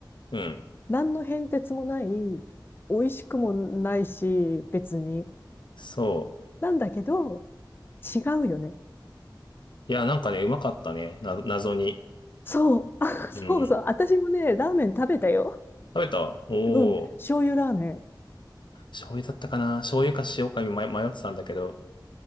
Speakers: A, on the left (about 85°); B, on the left (about 30°).
A: うん、
B: 何の変哲もない、美味しくもないし、別に。
A: そ
B: なんだけど、違うよね。
A: う。いや、なんかね、うまかったね、な、謎に。
B: そう。<laughs> あそうそう。
A: うん。
B: 私もね、ラーメン食べたよ。
A: 食べたおおー、
B: うん。醤油ラーメン。
A: 醤油だったかな醤油か塩か迷迷ってたんだけど。